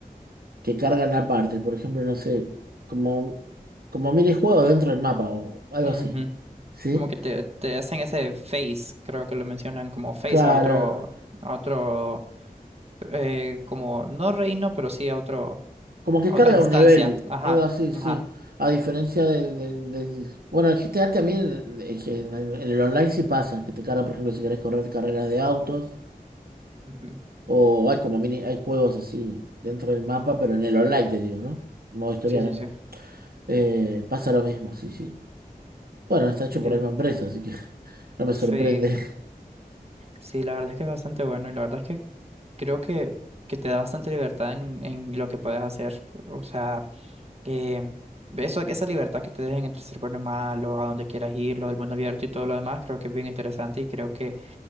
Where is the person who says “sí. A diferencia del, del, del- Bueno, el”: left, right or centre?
Right